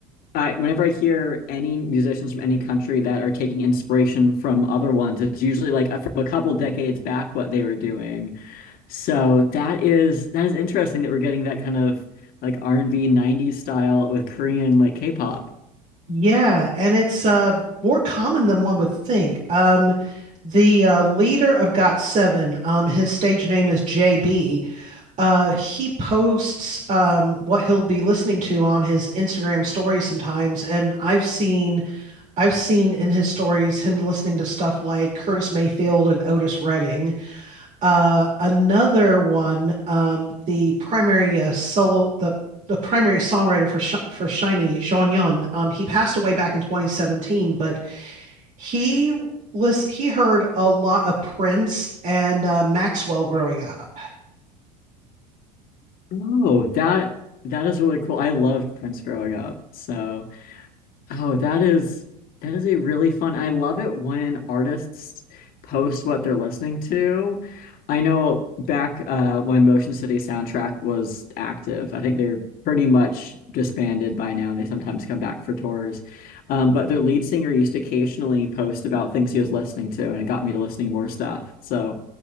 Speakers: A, on the left (about 45°); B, on the right (about 35°).
A: I, whenever I hear any musicians from any country that are taking inspiration from other ones, it's usually like a, from a couple decades back what they were doing. So that is that is interesting that we're getting that kind of like R&B 90s style with Korean like K-pop.
B: Yeah, and it's uh more common than one would think. Um the uh, leader of GOT7, um his stage name is JB. Uh he posts um what he'll be listening to on his Instagram stories sometimes and I've seen I've seen in his stories him listening to stuff like Curtis Mayfield and Otis Redding. Uh, another one, um, the primary uh, solo, the the primary songwriter for Sh for Shiny, Sean Yun, um, he passed away back in 2017, but he was he heard a lot of Prince and uh, Maxwell growing up.
A: Oh, that that is really cool. I loved Prince growing up. So Oh, that is that is a really fun. I love it when artists post what they're listening to. I know back uh, when Motion City Soundtrack was active, I think they're pretty much disbanded by now. They sometimes come back for tours, um, but their lead singer used to occasionally post about things he was listening to, and it got me to listening more stuff. So